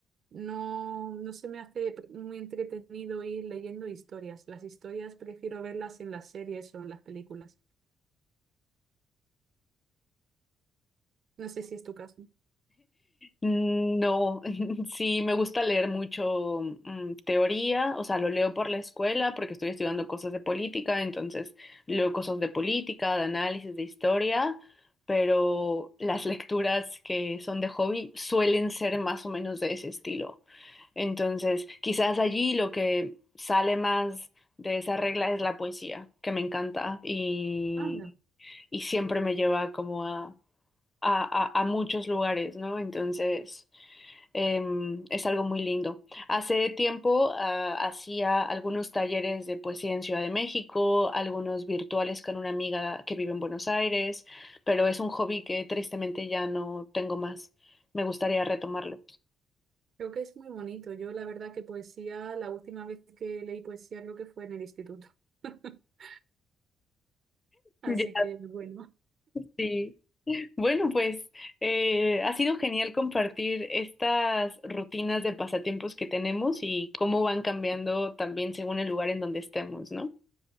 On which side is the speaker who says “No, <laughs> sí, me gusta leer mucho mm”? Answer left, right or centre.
Left